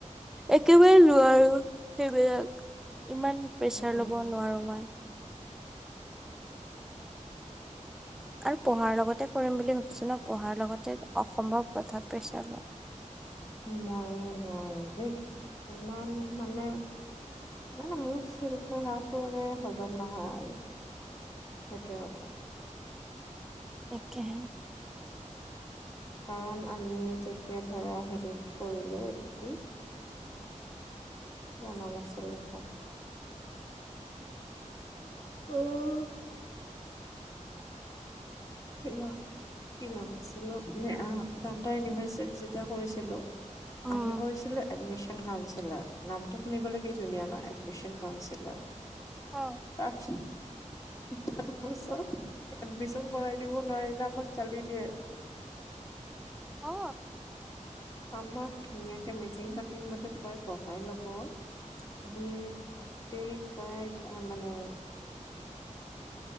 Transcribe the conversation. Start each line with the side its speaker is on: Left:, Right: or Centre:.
Centre: একেবাৰে নোৱাৰো সেইবিলাক ইমান প্ৰেচাৰ
Left: উম,
Centre: ল'ব নোৱাৰো ইমান। আৰু পঢ়াৰ লগতে কৰিম বুলি ভাবিছো ন' পঢ়াৰ লগতে অসমৰ প্ৰথা পেচাৰ লোৱা।
Left: মই নোৱাৰো দেই ইমান মানে, মানে মোৰ এবছৰৰ হাঁহটো মানে, হজম নহয় আৰু সেইটোৱে কথা।
Centre: তাকেহে।
Left: কাৰণ আমি যেতিয়া ধৰা, হেৰিত কৰিলো এইটো কি? কিবা নাম আছিল তাৰ। অ' হেইয়া, কি নাম আছিল অ'? নে আঁ, ডাউণ্টাৰ ইউনিভাৰ্চেল যেতিয়া কৰিছিলোঁ।
Centre: উম।
Left: আমি কৰিছিলো এডমিশ্যন কাউন্সিলাৰ। নামটো শুনিবলে কি ধুনীয়া ন'? Admission counsellor.
Centre: অ
Left: তাৰপিছত, তাৰপাছত এডমিশ্যন কৰাই দিব নোৱাৰিলে আমাক গালি দিয়ে।
Centre: অ
Left: আমাক ধুনীয়াকে মিটিং পাতিম বুলি কৈ বহাই ল'ব। <unintelligible> গোটেই সোপাই আ মানে